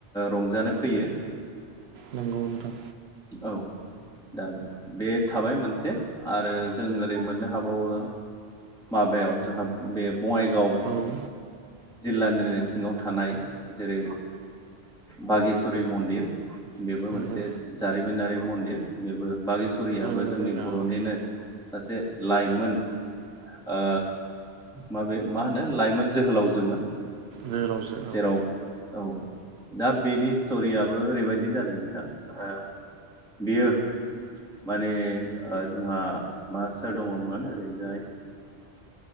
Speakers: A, in the centre; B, on the right.
A: रंजानो फैयो
B: नंगौ नोंथां
A: औ दा बे थाबाय मोनसे आरो जों ओरै मोननो हाबावो माबायाव जोंहा बे बंङाइगाव
B: औ
A: जिल्लानि सिङाव थानाय जेरै बागेसरि मन्दिर बेबो
B: नंगौ
A: मोनसे जारिमिनारि मन्दिर बेबो बागेशवरियाबो
B: जायनि
A: जोंनि
B: जायगा
A: बर' बर'निनो
B: औ
A: सासे लाइमोन ओ माबे मा होनो लाइमोन जोहोलावजोमोन
B: जोहोलावजो
A: जेराव
B: औ
A: औ दा बेनि स्ट'रियाबो ओरैबायदि जादों नोंथां बेयो माने जोंहा मा सोर दङमोन ओरैजाय